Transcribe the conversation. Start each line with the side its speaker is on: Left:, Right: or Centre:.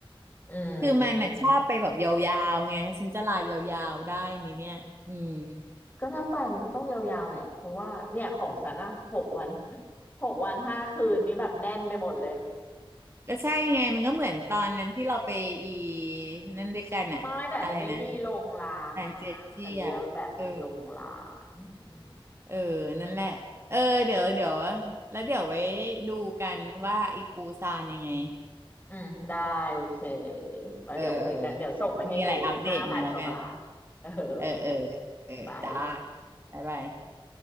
Left: อื
Right: คือมันน่ะชอบไปแบบยาวๆไงฉันจะลายาวๆได้ไหมเนี่ยอืม
Left: มก็ถ้าไปมันก็ต้องยาวๆแหละเพราะว่าเนี่ยของฉันอะหกวัน <laughs> หกวันห้าคืนนี้แบบแน่นไปหมดเลย
Right: ก็ใช่ไงมันก็เหมือนตอนนั้นที่เราไปอีนั่นด้วยกันอะอะไรนะ
Left: ไม่แต่อันนี้ไม่มีลงร้านนะฉันเลือกแบบไม่ลงร้านอืม
Right: ทางเจ็ดจี้อะเออเออนั่นแหละเออเดี๋ยวเดี๋ยวแล้วเดี๋ยวไว้ดูกันว่าอีปูซานยังไง
Left: อืมได้โอเคแล้วเดี๋ยวคุยกันเดี๋ยวส่งไปให้ดูห้าพันกว่าบาทเออโอเค
Right: เออเออเออมีอะไรอัปเดตมาแล้วกันเออเออเออจ้า
Left: บาย
Right: บ๊ายบาย